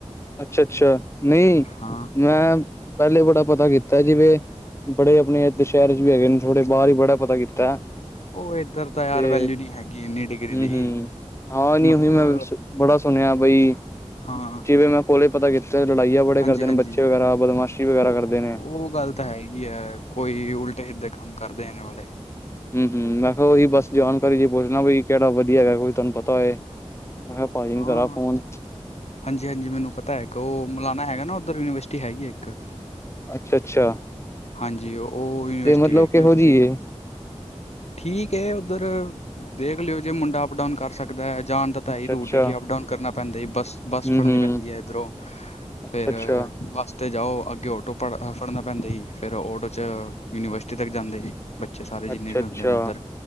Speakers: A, on the left (about 20°); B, on the left (about 65°).
A: ਅੱਛਾ-ਅੱਛਾ। ਨਹੀਂ
B: <inaudible>
A: ਮੈਂ ਪਹਿਲੇ ਬੜਾ ਪਤਾ ਕੀਤਾ ਸੀ। ਜਿਵੇਂ ਬੜੇ ਆਪਣੇ ਦੁਸਹਿਰੇ ਵੀ ਹੈਗੇ ਨੇ ਥੋੜੇ ਬਾਹਰ ਹੀ ਬੜਾ ਪਤਾ ਕੀਤਾ।
B: ਉਹ ਇਧਰ ਤਾਂ ਯਾਰ
A: ਤੇ
B: ਵੈਲਿਡੀ ਨਹੀਂ ਹੈਗੀ ਇੰਨੀ ਡਿਗਰੀ
A: ਹੂੰ-ਹੂੰ
B: ਦੀ।
A: ਹਾਂ ਨਹੀਂ
B: ਮਤਲਬ
A: ਉਈ ਮੈਂ ਬੜਾ ਸੁਣਿਆ ਬਈ,
B: ਹਾਂ
A: ਜਿਵੇ ਮੈਂ ਕੋਲੇ ਪਤਾ ਕੀਤੇ ਲੜਾਈਆਂ ਬੜੇ
B: ਹਾਂਜੀ
A: ਕਰਦੇ
B: ਹਾਂਜੀ
A: ਨੇ, ਬੱਚੇ ਵਗੈਰਾ, ਬਦਮਾਸ਼ੀ ਵਗੈਰਾ
B: ਉਹ
A: ਕਰਦੇ ਨੇ।
B: ਉਹ ਗੱਲ ਤਾਂ ਹੈਗੀ ਏ ਕੋਈ ਉਲਟੇ ਸਿੱਧੇ ਕੰਮ ਕਰਦੇ ਆ ਵਾਲੇ।
A: ਹਮ ਹਮ ਮੈ ਕਿਹਾ ਉਹੀ ਬੱਸ ਜਾਣਕਾਰੀ ਜ ਪੁੱਛਣਾ ਬਈ ਕਿਹੜਾ ਵਧੀਆ ਹੈਗਾ ਤੁਹਾਨੂੰ ਪਤਾ ਹੋਏ। ਮੈਂ ਕਿਹਾ ਭਾਜੀ ਨੂੰ
B: ਹਾਂ,
A: ਕਰਾਂ ਫੋਨ
B: ਹਾਂਜੀ-ਹਾਂਜੀ। ਮੈਨੂੰ ਪਤਾ ਇੱਕ ਉਹ ਮਲਾਨਾ ਹੈਗਾ ਨਾਂ ਉੱਧਰ ਯੂਨੀਵਰਸਿਟੀ ਹੈਗੀ ਇੱਕ।
A: ਅੱਛਾ-ਅੱਛਾ।
B: ਹਾਂਜੀ, ਉਹ ਯੂਨੀਵਰਸਿਟੀ
A: ਤੇ ਮਤਲਬ
B: ਵੇਖ
A: ਕਿਹੋ
B: ਲਿਓ ਤੁਸੀਂ
A: ਜਿਹੀ ਏ।
B: ਠੀਕ ਏ ਉੱਧਰ ਦੇਖ ਲਿਓ ਜੇ ਮੁੰਡਾ ਅਪਡਾਊਨ ਕਰ ਸਕ ਦਾ ਜਾਣ ਦਾ ਤਾਂ
A: ਅੱਛਾ-ਅੱਛਾ
B: ਏ ਹੀ ਰੂਟ ਕਿ ਅਪ ਡਾਊਨ ਕਰਨਾ ਪੈਂਦਾ ਜੀ ਬੱਸ। ਬੱਸ
A: ਹੂੰ-ਹੂੰ
B: ਫੜਨੀ ਪੈਂਦੀ ਏ ਇੱਧਰੋ।
A: ਅੱਛਾ-ਅੱਛਾ
B: ਫਿਰ ਬੱਸ ਤੇ ਜਾਓ ਅੱਗੇ ਆਟੋ ਪੜ ਫੜਨਾ ਪੈਂਦਾ ਜੀ ਫਿਰ ਆਟੋ 'ਚ ਯੂਨੀਵਰਸਿਟੀ ਤੱਕ ਜਾਂਦੇ ਜੀ। ਬੱਚੇ ਸਾਰੇ ਜਿੰਨੇ
A: ਅੱਛਾ-ਅੱਛਾ
B: ਵੀ ਹੁੰਦੇ ਨੇ ਉੱਧਰ।